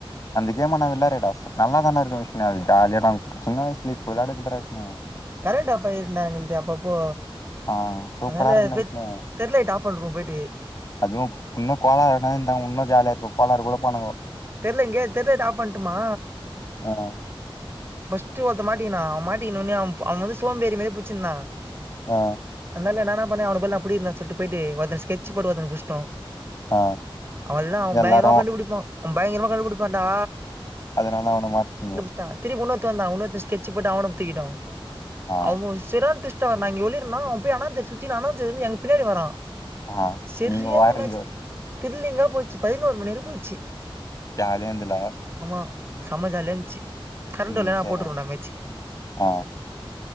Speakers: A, on the left (about 40°); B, on the right (about 25°).
A: அந்த கேம நா விளாருடாஸ் நல்லாதான்டா இருக்கு விஷ்னு அது ஜாலியாக்கொங் சின்ன வயசுலே இப் விளையாட தின்ற விஷ்னு
B: கரண்ட் ஆஃப் ஆயிட்னா எங்கள்து அப்பப்போ
A: ஆ சூப்பரா
B: அதால
A: இருக்குண்டா
B: ஃபித்
A: விஷ்ணு
B: தெர்லைட் ஆஃப் பண்றுவோ போய்ட்டு
A: அதுவு இன்னு கோலாறுனா இந்தா உன்னு ஜாலியா இருக்கு கோலாற் கூட போனாங்கோ
B: தெர்ல இங்க்யே தெர் லைட் ஆஃப் பண்ட்டுமா
A: அஆ
B: ஃபஸ்ட்டு ஒருத்த மாட்டிக்கினா அவ் மாட்டிக்கின்னொனே அவ்ம் ப அவ வந்து சோம்பேறி மேறி புச்சுந்தா
A: ஆ
B: அன்னால நானா பன்ன அவனு பதிலா போய் நா புடீற்னா சொல்ட்டு போய்ட்டே ஒருத்தன் ஸ்கெச் போட்டு ஒருத்தன புஷ்டோ
A: ஆ
B: அவல்லா அவ்
A: எல்லாரு
B: பயங்கரமா கண்டுபுடிப்போ பயங்கரமா கண்டுபுடிப்பான்டா
A: அதனால்னா அவன மாட்டிங்கோ
B: த திருப் உன்னொத்த வந்தா உன்னோத்த ஸ்கெட்சு போட்டு அவன தூக்கிட்டோ
A: ஆ
B: அவு ஸ் செரான் திஷ்ட்டா வரண்டா இங்கே ஒளிருனா போய் அனாந்தர் சுத்தினா அனாந்துருந்து எங் பின்னாடியே வரா
A: ஆ
B: செரியா
A: நீங்க வாரீங்கோ
B: இந்த மேச்சு திர்லிங்கா போச்சு பதினோரு மணி வர போச்சி
A: ஜாலியாந்துல்லா
B: ஆமா சமஜாலியாஞ்ச்சி கரண்ட்
A: ம்
B: வல்லனா
A: சேர்ரா
B: போட்டுடுவோன்டா மேச்சு
A: ஆ